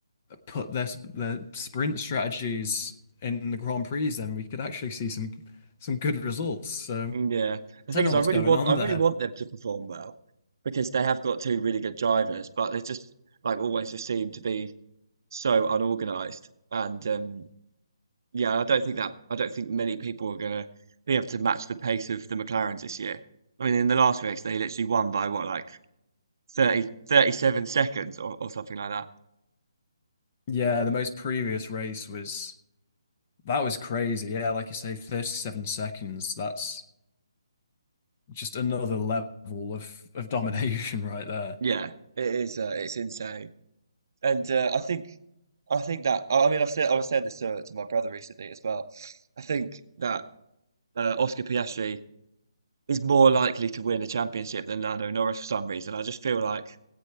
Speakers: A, on the left (about 20°); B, on the right (about 40°).
A: put their their sprint strategies in the Grand Prix, then we could actually see some some good results. So
B: mm,
A: I
B: yeah. The
A: don't
B: thing
A: know
B: is, I
A: what's
B: really
A: going
B: want,
A: on
B: I really
A: there.
B: want them to perform well because they have got two really good drivers, but they just like always just seem to be so unorganized. And um, yeah, I don't think that, I don't think many people are gonna be able to match the pace of the McLarens this year. I mean, in the last race, they literally won by what, like 30 37 seconds or, or something like that.
A: Yeah, the most previous race was that was crazy. Yeah, like you say, 37 seconds. That's just another level of of domination <laughs> right there.
B: Yeah, it is, uh, it's insane. And uh, I think. I think that I I mean I've said I was saying this to, to my brother recently as well. I think that uh, Oscar Piastri is more likely to win a championship than Lando Norris for some reason. I just feel like